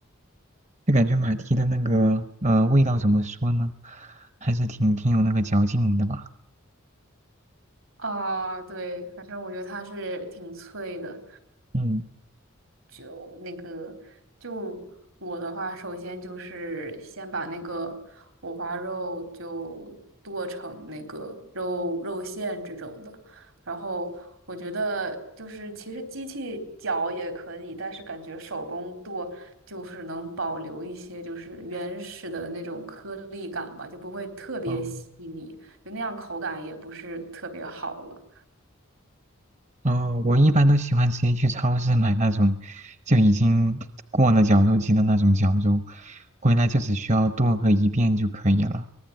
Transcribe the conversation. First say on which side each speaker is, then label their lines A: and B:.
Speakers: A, on the right; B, on the right.
A: 就感觉马蹄的那个呃味道怎么说呢，还是挺挺有那个嚼劲的吧。
B: 啊，对，反正我觉得它是挺脆的。
A: 嗯，
B: 就那个，就我的话，首先就是先把那个五花肉就剁成那个肉肉馅这种的，然后我觉得就是其实机器搅也可以，但是感觉手工剁就是能保留一些就是原始的那种颗粒感吧，就不会特别细腻，
A: 哦，
B: 就那样口感也不是特别好了。
A: 哦，我一般都喜欢直接去超市买那种就已经过了绞肉机的那种绞肉，回来就只需要剁个一遍就可以了，